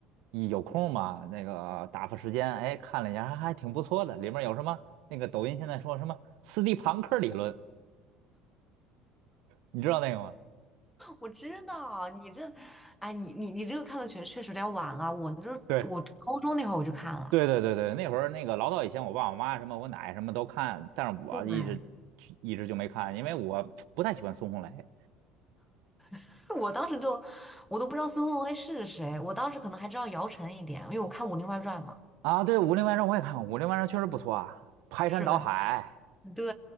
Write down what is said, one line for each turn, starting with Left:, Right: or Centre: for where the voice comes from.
Right: 一有空嘛，那个打发时间，哎，看了一下，还还挺不错的。里面有什么那个抖音现在说什么斯蒂庞克理论，你知道那个吗？
Centre: 我知道你这，哎，你你你这个看的确确实有点晚了。我就是我高中那会儿我就看了，
Right: 对。对对对对，那会儿那个老早以前，我爸我妈什么我奶什么都看，但是我一直
Centre: 对，
Right: 一直就没看，因为我 <tsk> 不太喜欢孙红雷
Centre: <laughs> 我当时就我都不知道孙红雷是谁，我当时可能还知道姚晨一点，因为我看《武林外传》嘛，
Right: 啊。对，《武林外传》我也看过，《武林外传》确实不错啊，排山倒海
Centre: 是吧？对。